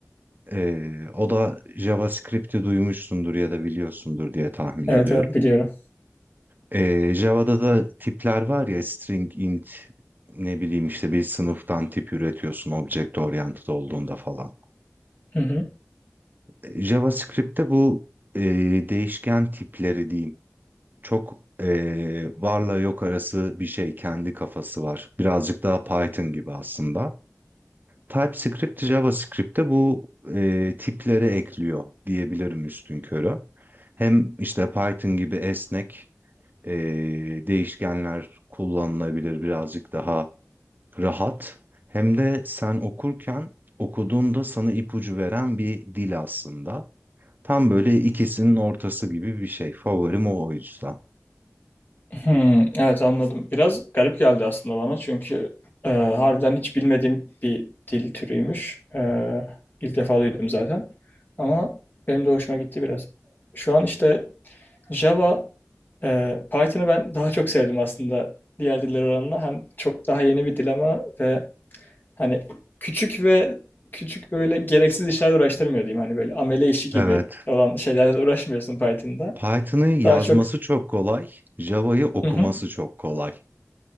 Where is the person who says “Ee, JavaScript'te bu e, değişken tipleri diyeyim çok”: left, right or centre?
Right